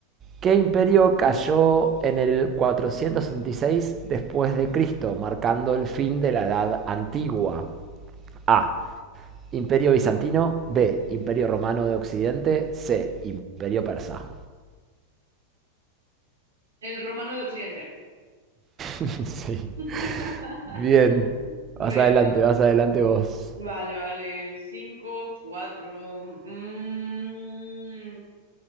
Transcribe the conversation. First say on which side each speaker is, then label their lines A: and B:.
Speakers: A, on the right; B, on the right.
A: ¿Qué imperio cayó en el 466 después de Cristo, marcando el fin de la Edad Antigua? A. Imperio bizantino. B. Imperio romano de Occidente. C. Imperio persa.
B: El romano de Occidente.
A: <laughs> sí.
B: <laughs>
A: Bien.
B: Venga.
A: Vas adelante, vas adelante vos.
B: Vale, vale. Cinco, cuatro. Mm.